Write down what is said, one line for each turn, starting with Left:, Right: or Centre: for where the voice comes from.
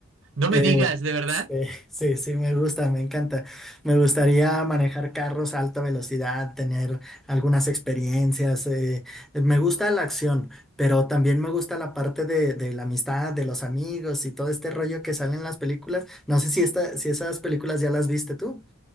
Right: no
Centre: Eh,
Right: me digas, ¿de verdad?
Centre: sí, sí, sí, me gusta, me encanta. Me gustaría manejar carros a alta velocidad, tener algunas experiencias. eh, Me gusta la acción, pero también me gusta la parte de, de la amistad, de los amigos y todo este rollo que sale en las películas. No sé si, esta, si esas películas ya las viste tú.